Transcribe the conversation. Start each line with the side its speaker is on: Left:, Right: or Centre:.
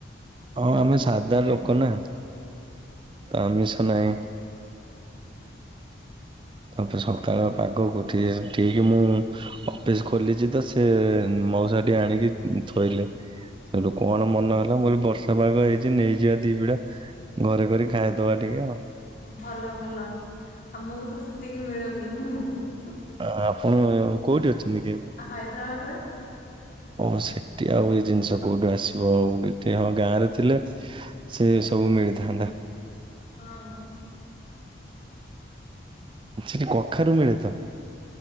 Right: ହଁ ଆମେ ସାଧା ଲୋକ ନାଁ। ତ ଆମିଷ ନାହିଁ। ତାପରେ ସକାଳ ପାଗକୁ ଠି ଠିକ୍ ମୁଁ ଅଫିସ ଖୋଲିଚି ତ ସେ ହୁଁ ହୁଁ ମଉସାଟିଏ ଆଣିକି ଥୋଇଲେ। ସେଠୁ କଣ ମନ ହେଲା ମୁଁ କହିଲି ବର୍ଷା ପାଗ ହେଇଚି ନେଇଯିବା ଦି ବିଡା। ଘରେ କରି ଖାଇଦବା ଟିକେ ଆଉ।
Left: ଭଲ ଭଲ ଆମକୁ ତ ସେତିକି ମିଳୁନି ଉ ହୁଁ ହୁଁ।
Right: ଆ ଆପଣ କୋଉଠି ଅଛନ୍ତି କି ଏବେ?
Left: ହାଇଦ୍ରାବାଦରେ
Right: ଓ ସେଠି ଆଉ ଏଇ ଜିନିଷ କୋଉଠୁଁ ଆସିବ ଆଉ ଏଠି ହଁ ଗାଁରେ ଥିଲେ ସେ ସବୁ ମିଳିଥାନ୍ତା।
Left: ହଁ ହଁ।
Right: ସେଠି କଖାରୁ ମିଳେ ତ?